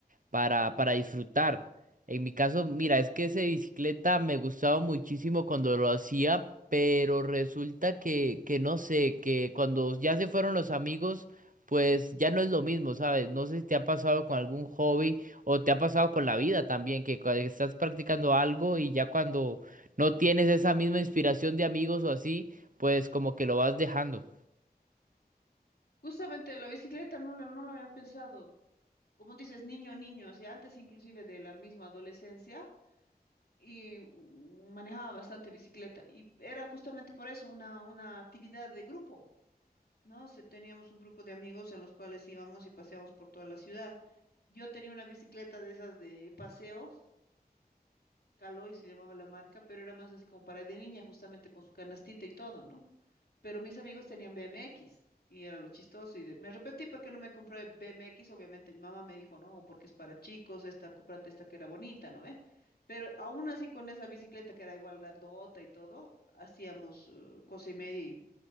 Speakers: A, on the right; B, on the left.
A: para, para disfrutar. En mi caso, mira, es que esa bicicleta me gustaba muchísimo cuando lo hacía, pero resulta que, que no sé, que cuando ya se fueron los amigos, pues ya no es lo mismo, ¿sabes? No sé si te ha pasado con algún hobby o te ha pasado con la vida también, que cuando estás practicando algo y ya cuando no tienes esa misma inspiración de amigos o así, pues como que lo vas dejando.
B: Justamente la bicicleta no, lo- no lo había pensado, como dices, niño, niño, y antes inclusive de la misma adolescencia y mm, manejaba bastante bicicleta y era justamente por eso una, una actividad de grupo. ¿No? Se- teníamos un grupo de amigos en los cuales íbamos y paseábamos por toda la ciudad. Yo tenía una bicicleta de esas de paseo, Caloy se llamaba la marca, pero era más así como para de niña, justamente con su canastita y todo, ¿no? Pero mis amigos tenían BMX y era lo chistoso y de- me arrepentí porque no me compré BMX, obviamente mi mamá me dijo, no, porque es para chicos, esta, cómprate esta que era bonita, ¿no ve? Pero aún así con esa bicicleta que era igual grandota y todo, hacíamos eh, cosa y media y